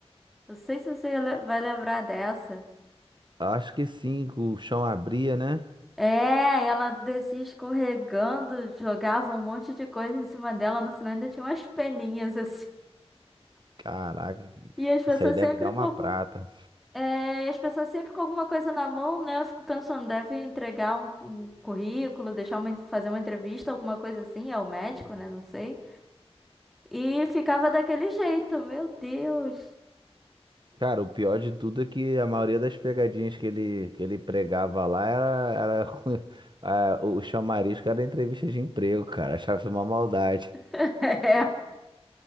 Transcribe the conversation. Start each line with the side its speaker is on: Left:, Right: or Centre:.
Centre: Não sei se você le- vai lembrar dessa.
Right: Acho que sim, que o chão abria, né?
Centre: É, ela descia escorregando, jogava um monte de coisa em cima dela, no final ainda tinha umas peninhas <laughs> assim.
Right: Caraca,
Centre: E as pessoas
Right: isso aí deve
Centre: sempre
Right: dar
Centre: com
Right: uma
Centre: algum-
Right: prata.
Centre: é, e as pessoas sempre com alguma coisa na mão, né? Eu fico pensando, deve entregar um, cu- um currículo, deixar uma, fazer uma entrevista, alguma coisa assim, ao médico, né? Não sei. E ficava daquele jeito, meu Deus.
Right: Cara, o pior de tudo é que a maioria das pegadinhas que ele, que ele pregava lá era, era <laughs> com- a- o chamarisco era entrevista de emprego, cara. Achava isso uma maldade.
Centre: <laughs> É.